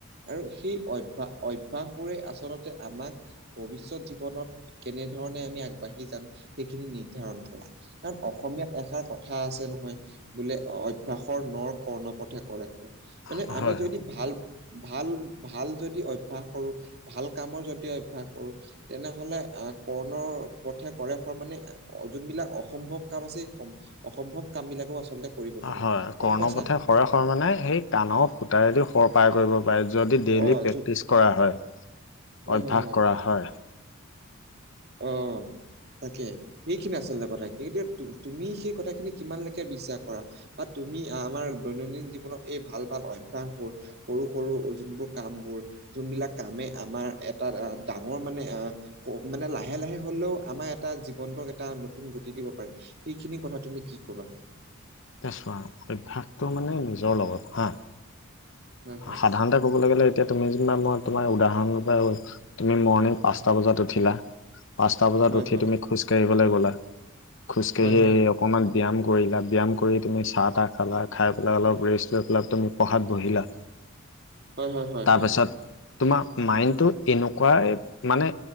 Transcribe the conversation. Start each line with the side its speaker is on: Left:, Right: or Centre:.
Right: আৰু সেই অভ্যা অভ্যাস বোৰে আচলতে আমাক ভৱিষ্যয়ত জীৱনত কেনেধৰণে আমি আগবাঢ়ি যাম, সেইখিনি নিৰ্ধাৰণ কৰে। কাৰণ অসমীয়াত এষাৰ কথা আছে নহয়, বোলে- অভ্যাসৰ নৰ কৰ্ণপথে কৰে হয়। মানে
Left: হয়
Right: আমি
Left: হয়
Right: যদি ভাল- ভাল- ভাল যদি অভ্যাস কৰো ভাল। কামৰ যদি অভ্যাস কৰো। তেনেহলে, আ কৰ্ণৰ পথে কৰে শৰ মানে, যোনবিলাক অসম্ভৱ কাম আছে অসম্ভৱ কাম বিলাকো আচলতে, কৰিব পাৰো
Left: হয়
Right: গম
Left: কৰ্ণ
Right: পাইছা
Left: পথে
Right: নাই?
Left: কৰে শৰে মানে, সেই কাণৰ ফুটায়েদি সৰ পাৰ কৰিব পাৰে। যদি ডেইলি
Right: অ
Left: প্ৰেক্টিছ
Right: যো
Left: কৰা হয়,
Right: হয়
Left: অভ্যাস
Right: হয় হয়
Left: কৰা হয়।
Right: অ' তাকে সেইখিনি আচলতে কথাখিনি। গতিকে‌ এতিয়া তুমি সেই কথাখিনি কিমান লেকে বিশ্বাস কৰা? বা তুমি আমাৰ দৈনন্দিন জীৱনত এই ভাল ভাল অভ্যাসবোৰ। সৰু -সৰু যোনবোৰ কামবোৰ। যোনবিলাক কামে আমাৰ এটা ডাঙৰ মানে আহ মানে লা লাহে লাহে হ'লেও আমাৰ এটা জীৱন্তক এটা নতুন গতি দিব পাৰে। উ সেইখিনি কথা তুমি কি ক'বা?
Left: এতিয়া চোৱা অভ্যাসত টো মানে নিজৰ লগত হা।
Right: হয় হয়,
Left: সাধাৰণতে। কবলে গ'লে এতিয়া তুমি যেনিবা মই তোমাৰ উদাহৰণৰ পৰা কৈছোঁ। তুমি মৰ্ণিং পাঁচটা, বজাত উঠিলা। পাঁচটা বজাত
Right: হয়
Left: উঠি
Right: হয়,
Left: তুমি খোজকাঢ়িবলৈ গ'লা খোজকাঢ়ি
Right: হয় হয়,
Left: আহ অকমান ব্যায়াম কৰিলা ব্যায়াম, কৰি তুমি চাহ তাহ খালা। খাই পেলাই অলপ ৰেষ্ট লৈ পেলাই তুমি পঢ়াত বহিলা।
Right: হয় হয়, হয়
Left: তাৰ
Right: হয়,
Left: পাছত তোমাৰ মাইণ্ডটো এনেকুৱাই মানে,